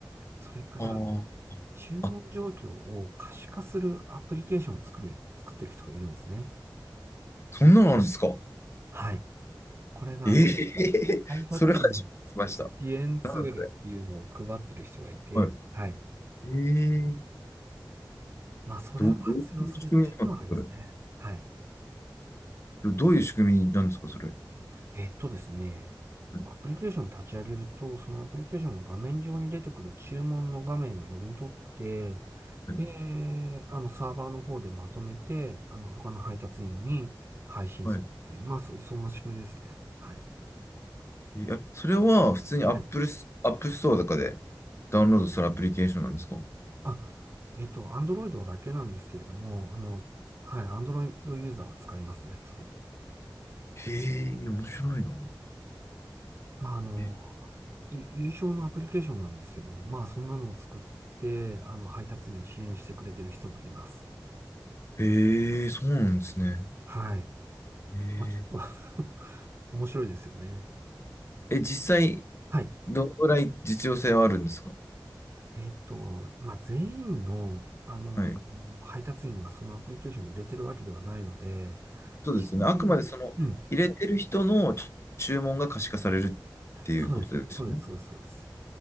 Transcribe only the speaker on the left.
あー
あ、
そんなのあるんですか
え
え <laughs>
それは初めて聞きました。
なんでは
い。ええ
ど、どういう仕組みなんですか、それ。
どどういう仕組みなんですか、それ。
はい。
はい
はい。
えそれは普通に Apple、
アップストアとかでダウンロードするアプリケーションなんですか
へえ、面白いな。
え、
へえ、そうなんですね。
へえ、
え、実際、
どのぐらい実用性はあるんですか
はい。
そうですよね。
あくまでその、
入れてる人の注文が可視化されるっていうことですよね。